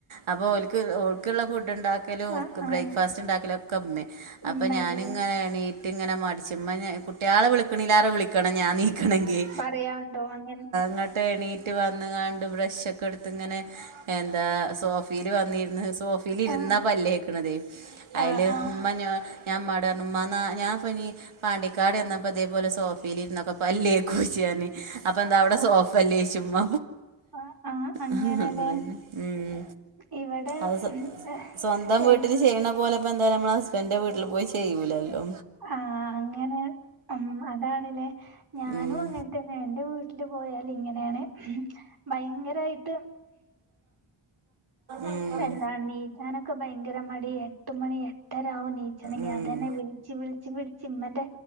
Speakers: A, on the right; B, on the right.
A: അപ്പൊ ഓക്ക് ഓക്കുള്ള ഫുഡ് ഉണ്ടാക്കലും
B: ആഹ് ആഹ്
A: ബ്രേഫാസ്റ്റ് ഉണ്ടാക്കലും ഒക്കെ ഇമ്മേ
B: ഉമ്മേണ്ല്ലേ
A: അപ്പ ഞാനിങ്ങനെ യണി ഇങ്ങനെ മടിച്ച് ഇമ്മ കുട്ട്യാള വിളിക്ക്ണേരെ വിളിക്കണം ഞാൻ നീക്കണങ്കി
B: പറയാണ്ടോ അങ്ങനെ
A: ഇങ്ങട്ട് എണീറ്റ് വന്ന് കാണ്ട് ബ്രഷ് ഒക്കെ എടുത്ത് ഇങ്ങനെ എന്താ സോഫിൽ വന്നിര്ന്ന് സോ ഇരുന്ന
B: ആഹ്
A: പല്ല്ക്ക്ണതേ അയില്
B: ആഹ് ആഹ്
A: മഞ്ഞ ഞാൻ ഇമാട്‌ പറഞ്ഞു ഇമ്മാ ഞാ പ്പനി പാണ്ടിക്കാട് എന്നപ്പോ ഇതേപോലെ സോഫിലി ഇന്നൊക്കെ പല്ല് കൊയിച്ച് ഞാന് അപ്പ എന്താ അവിടെ
B: ആഹ്
A: സോഫല്ലേ ചുമ
B: ആഹ് ആഹ് അങ്ങനെല്ലേ
A: അഹന്നെ ഉം
B: ഇവിടെ
A: അഹ്
B: ഉം എ-
A: സ്വന്തം വീട്ടിൽ ചെയ്യണ പോലെ ഇപ്പ എന്തായാലും നമ്മൾ ഹസ്ബൻഡന്റെ വീട്ടിൽ പോയി ചെയ്യൂലല്ലോ
B: ആഹ് അങ്ങനെ ഉം അതാണ്ല്ലേ ഞാനും
A: ഉം
B: അങ്ങനെ തന്നെ എന്റെ വീട്ടില് പോയാല് ഇങ്ങനെണ് ഭയങ്കരായിട്ട്
A: ഉം
B: എന്താണ് നീച്ചാനൊക്കെ ഭയങ്കര മടി എട്ടുമണി എട്ടര ആവും നീച്ചനകി
A: ഉം
B: അതെന്നെ വിളി വിള്ച്ച് വിളിച്ച് വിളിച്ച് ഇമ്മന്റെ